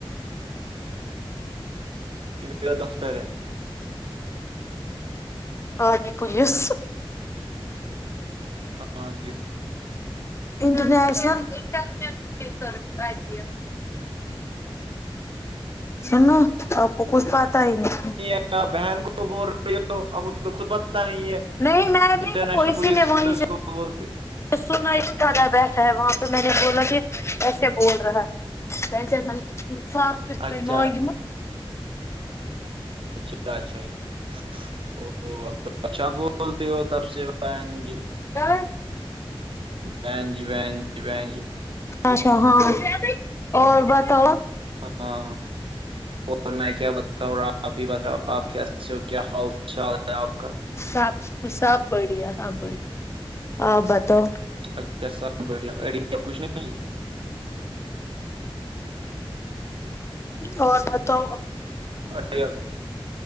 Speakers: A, on the right; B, on the left.
A: میرا دفتر ہے
B: اور نہیں پولیس
A: ہاں جی
B: انٹرنیشنلجسلی سروس آئی پی ایس س نا آپ کو کچھ پاتا ہی نہیں
A: کیا بہن کو بول رہی ہو اب اس تو خود پتہ نہیں ہے
B: نہیں م نہیں
A: انٹرنیشنل
B: اسی
A: پولیس
B: نے
A: سروس
B: وہی سے
A: کو بولتے
B: تو سنا ہی زیادہ بیٹھا ہے وہاں پہ میں نے بولا کہ کیسے بول رہا ہے تل سے آان سب کت
A: اچھا
B: لاگ م
A: اچھا اچھا جی اوب تو اچھا بولتے ہو تب سے بن جی
B: کیا
A: بن جی بن جی بن جی
B: اچھا ہاں اور بتاؤ
A: ہاں ہاں اور میں کیا بتاؤ آپ ہی ب آپ کے کیا حال چال ہے آپ کا
B: سب سب بڑھیا سب بڑیا آپ بتاؤ
A: اچھا سب بڑھیا اڑی کچھ نہیں
B: اور میں تو
A: ا <unintelligible>